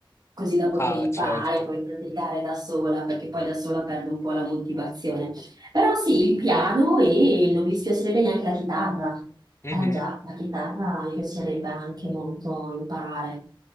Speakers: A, on the right (about 50°); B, on the left (about 30°).
A: così da poter
B: Ah,
A: imparare,
B: certo.
A: poi praticare da sola, perché poi da sola perdo un po' la motivazione però sì, il piano e non mi dispiacerebbe neanche la chitarra.
B: Mhm.
A: Eh già, la chitarra mi piacerebbe anche molto imparare.